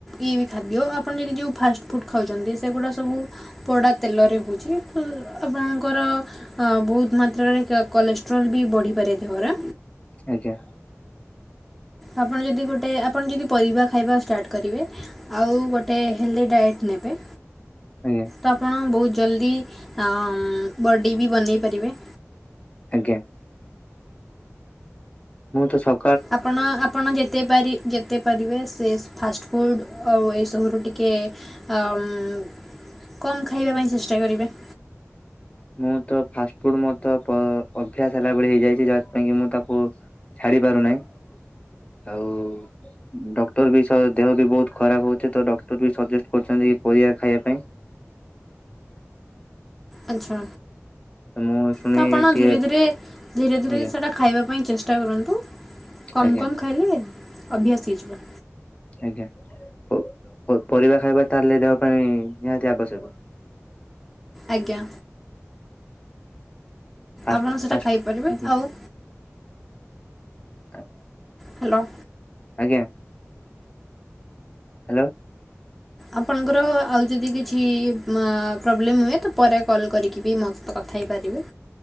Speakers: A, in the centre; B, on the left.
A: ଇଏ ବି ଖାଦ୍ୟ ଆପଣ ଯଦି ଯେଉଁ ଫାଷ୍ଟଫୁଡ଼୍ ଖାଉଛନ୍ତି ସେଗୁଡ଼ା ସବୁ ପୋଡ଼ା ତେଲରେ ହେଉଛି ଆପଣଙ୍କର ଅ ବହୁତ ମାତ୍ରାରେ କେ କଲେଷ୍ଟ୍ରୋଲ୍ ବି ବଢି ପାରେ ଦେହରେ।
B: ଆଜ୍ଞା।
A: ଆପଣ ଯଦି ଗୋଟେ ଆପଣ ଯଦି ପରିବା ଖାଇବା ଷ୍ଟାର୍ଟ କରିବେ। ଆଉ ଗୋଟେ ହେଲ୍ଦି ଡାଏଟ୍ ନେବେ।
B: ଆଜ୍ଞା
A: ତ ଆପଣ ବହୁତ ଜଲ୍ଦି ଆ -ବଡ଼ି ବି ବନେଇ ପାରିବେ।
B: ଆଜ୍ଞା। ମୁଁ ତ ସ
A: ଆପଣ ଆପଣ ଯେତେ ପାରି ଯେ ତେ ପାରିବେ ସେ ଫାଷ୍ଟଫୁଡ଼୍ ଆଉ ଏଇସବୁରୁ ଟିକେ ଅମ କମ୍ ଖାଇବା ପାଇଁ ଚେଷ୍ଟା କରିବେ।
B: ମୁଁ ତ ଫାଷ୍ଟ ଫୁଡ ମୋର ତ ପ ଅଭ୍ୟାସ ହେଲା ଭଳି ହେଇଯାଇଛି ଯାଥିପାଇଁ କି ମୁଁ ତାକୁ ଛାଡି ପାରୁନାହିଁ ଆଉ ଡକ୍ଟର ବି ସହ ଦେହ ବି ବହୁତ ଖରାପ ହଉଛି ତ ଡକ୍ଟର ବି ସଜେଷ୍ଟ କରୁଛନ୍ତି କି ପରିବା ଖାଇବା ପାଇଁ।
A: ଆଛା
B: ମୁଁ ଶୁଣି
A: ତ ଆପଣ
B: ଟିକେ
A: ଧୀରେ ଧୀରେ ଧୀରେ ଧୀରେ
B: ଆଜ୍ଞା
A: ସେଟା ଖାଇବା ପାଇଁ ଚେଷ୍ଟା କରନ୍ତୁ କମ୍
B: ଆଜ୍ଞା
A: କମ୍ ଖାଇଲେ ଅଭ୍ୟାସ ହେଇଯିବ।
B: ଆଜ୍ଞା ପ ପ ପରିବା ଖାଇବା ତାହେଲେ ଦେହ ପାଇଁ ନିହାତି ଆବଶ୍ୟକ?
A: ଆଜ୍ଞା।
B: ଫାଷ୍ଟ
A: ଆପଣ ସେଇଟା
B: ଫାଷ୍ଟ
A: ଖାଇପାରିବେ
B: ଆଜ୍ଞା।
A: ଆଉ
B: <unintelligible>
A: ହ୍ୟାଲୋ।
B: ଆଜ୍ଞା। ହ୍ୟାଲୋ।
A: ଆପଣଙ୍କର ଆଉ ଯଦି କିଛି ପ୍ରୋବ୍ଲେମ୍ ହୁଏ ତ ପରେ କଲ୍ କରିକି ବି ମୋସହିଁତ କଥା ହେଇପାରିବେ।